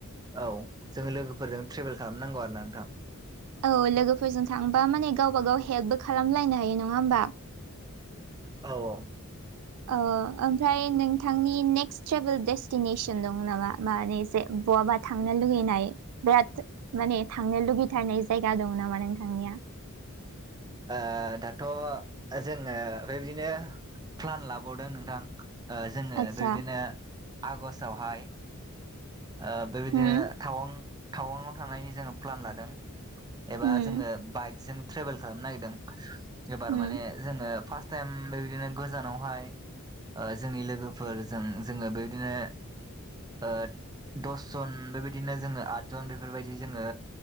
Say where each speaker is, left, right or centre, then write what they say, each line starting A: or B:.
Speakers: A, on the right (about 15°); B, on the right (about 90°).
A: औ जों लोगोफोरजों ट्रेभेल खालामनांगौ आरो ना नोंथां
B: औ लोगोफोरजों थांबा माने गावबा गाव हेल्पबो खालामलायनो हायो नङा होमबा
A: औ औ
B: ओ ओमफ्राय नोंथांनि नेक्स्ट ट्रेभेल डेस्टिनेसन दं नामा मान जे बवाबा थांनो लुगैनाय बिराद माने थांनो लुगैथारनाय जायगा दं नामा नोंथांनिया
A: ओ दाथ' जोङो बेबायदिनो प्लान लाबावदों नोंथां ओ जोङो
B: आतसा
A: बेबायदिनो आगषटावहाय ओ बेबायदिनो
B: होम
A: तावां टावांआव थांनायनि जोङो प्लान लादों एबा
B: होम
A: जोङो बाइकजों ट्रेभेल खालामनो नागिरदों एबार
B: होम
A: माने जोङो फार्स्ट टाइम बेबायदिनो गोजानावहाय जोंनि लोगोफोरजों जोङो बेबायदिनो ओ दस जन बेबायदिनो जोङो आदजन बेफोरबायदि जोङो